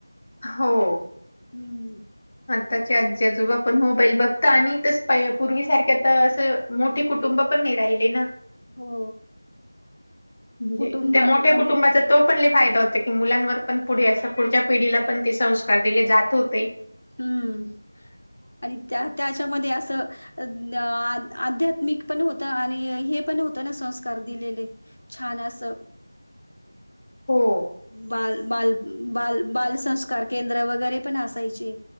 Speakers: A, on the left (about 20°); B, on the left (about 80°).
A: हो!
B: हम्म!
A: आत्ताचे आजी आजोबा पण मोबाईल बघता आणि तस पहि पूर्वीसारख तर असं मोठे कुटुं कुटुंब पण नाही राहिले ना,
B: हो
A: म्हणजे
B: कुटुंब
A: त्या
B: आणि
A: मोठ्या कुटुंबाच्या तो पण लय फायदा होता की मुलांवर पण पुढे अस पुढच्या पिढीला पण ते संस्कार दिले जात होते.
B: हम्म आणि त्या त्याच्यामध्ये अस आध्यात्मिक पण होत आणि हे पण होत आणि हे पण होत ना संस्कार दिलेले. छान अस
A: हो
B: बाल बालप बाल- बालसंस्कार केंद्र वगैरे पण असायचे.